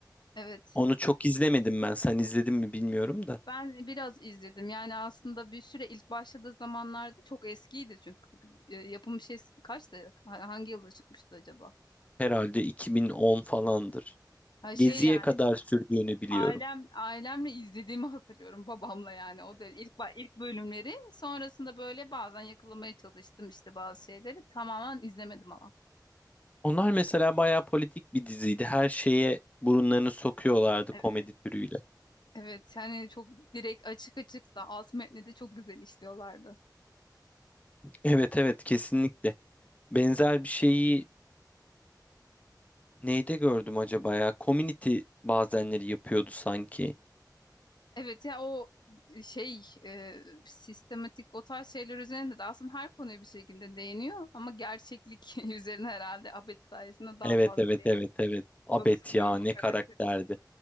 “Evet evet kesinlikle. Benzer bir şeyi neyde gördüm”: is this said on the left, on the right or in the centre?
Left